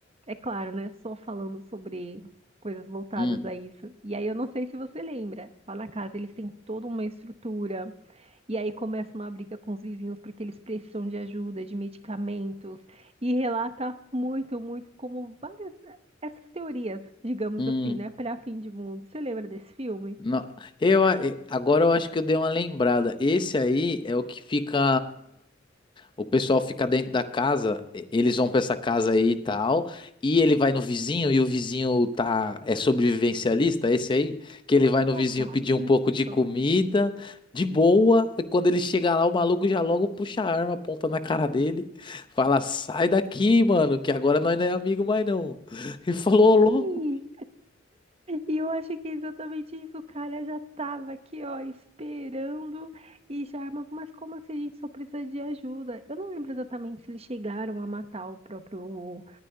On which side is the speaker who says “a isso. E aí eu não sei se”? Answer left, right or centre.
Right